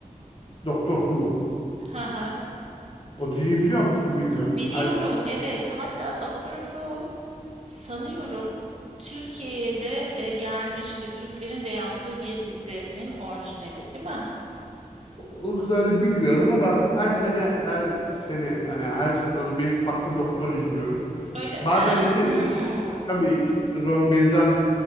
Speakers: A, on the left; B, on the right.
A: Doktor Who.
B: Hı hı.
A: O diziyi biliyor musun bilmiyorum.
B: Biliyorum
A: Her
B: evet hatta Doctor Who sanıyorum Türkiye'ye de e, gelmiş ve Türklerin de yaptığı bir dizinin orijinali değil mi?
A: o o kadarını bilmiyorum ama her sene her sene hani her sezonu bir farklı doktor izliyoruz.
B: Öyle
A: Bazen
B: mi?
A: iki,
B: Hmm.
A: iki, iki- tabii iki sezon birden